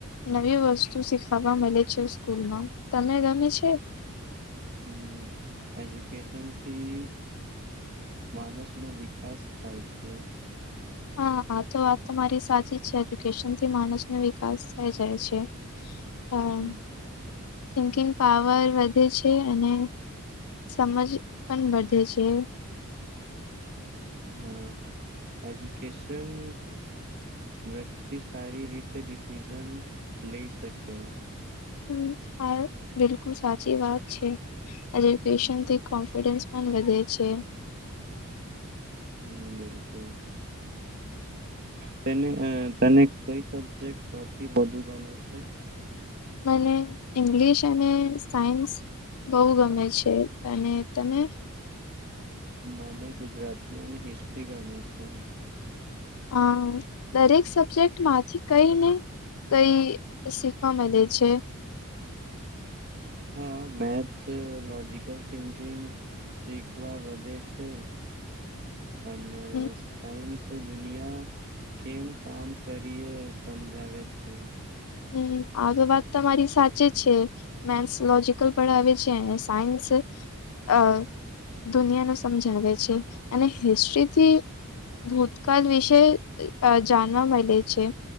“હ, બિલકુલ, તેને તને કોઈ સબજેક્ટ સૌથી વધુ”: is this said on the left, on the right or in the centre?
Right